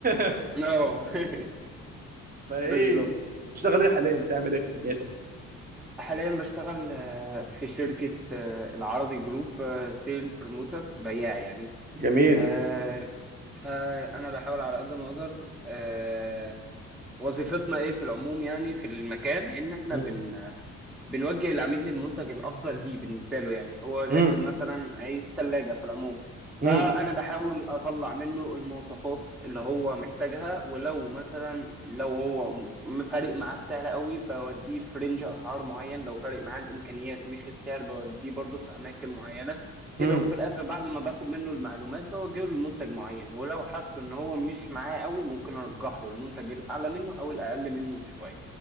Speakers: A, on the right; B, in the centre.
A: <laughs>
B: اه <laughs>
A: فإيه
B: بالظبط
A: بتشتغل إيه حاليا بتعمل إيه في دنيتك؟
B: حاليا بشتغل آه، في شركة آه، العربي جروب سيل بروموتر بياع يعني
A: جميل
B: آه، فأنا بحاول على قد ما أقدر آه، وظيفتنا إيه في العموم يعني في المكان إن إحنا
A: مم.
B: بن بنوجه العميل للمنتج الافضل ليه بالنسبه له يعني هو داخل
A: مم.
B: مثلا عايز ثلاجه في العموم
A: مم.
B: فانا بحاول اطلع منه المواصفات اللي هو محتاجها ولو مثلا لو هو م- فارق معاه السعر قوي بوديه في رينج اسعار معين لو فارق معاه الامكانيات مش السعر بوديه برضه في اماكن معينه كده
A: مم.
B: وفي الاخر بعد ما باخد منه المعلومات بوجهه لمنتج معين ولو حس ان هو مش معاه قوي ممكن ارجح له المنتج الاعلى منه او الاقل منه بشويه